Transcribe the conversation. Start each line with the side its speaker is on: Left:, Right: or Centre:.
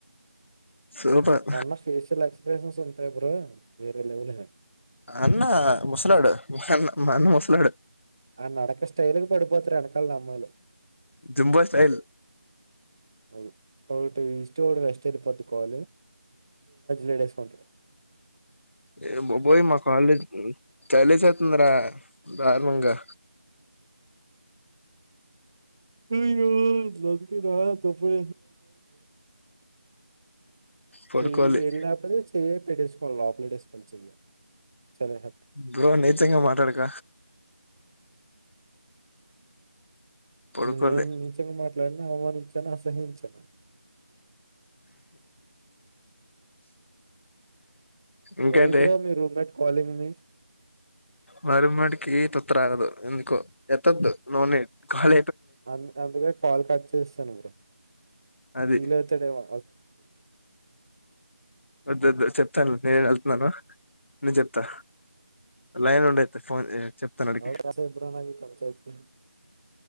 Left: సూపర్
Right: అన్న ఫేషియల్ ఎక్స్ప్రెషన్స్ ఉంటాయి బ్రో వేరే లెవలే
Left: అన్న ముసలాడు మాన్న మా అన్న ముసలాడు
Right: ఆ నడక స్టైల్ పడుపోతాడు అక్క అమ్మాలు
Left: జుంబో స్టైల్
Right: అ అ ఈస్ట్ వెస్ట్ వెళ్ళిపొండి కాల్ పెటీసికం
Left: ఏ బాబోయ్మా కాలజ్ చాలసతుందరా దారుణం గా
Right: అయ్యో దకి తప్పు
Left: పడుకోవాలి
Right: చెయ్యి వెళ్ళినప్పుడు చెయ పెట్టేసుకోవాలి లోపలేట్టేసుకోవాలి చెయ్యి చాలా హ్యాపీ.
Left: బ్రో నీచం గా మాట్లాడక పడుకోలే
Right: న నేను నిజంగా మాట్లాడిను అవమానించాను అసహించాను
Left: ఇంకంటే
Right: వై బ్రో మీ రూమ్మెట్ కాలంగ్ మీ
Left: మర మడ్కి తొత్ర అగదు ఎంతకు ఎత్తదు నోనె కాాల
Right: అ అందుకే కాల్ కట్ చేస్తాను మీ
Left: అది
Right: ఫెల్ అవుతాడు ఏమో
Left: వ చెప్తాను నేను వెళ్తున్నాను నను చెప్తా లైన్ ఉండ ఫోన్ చెప్తాను అడికి
Right: ఏంటి బ్రో ఈ panchayat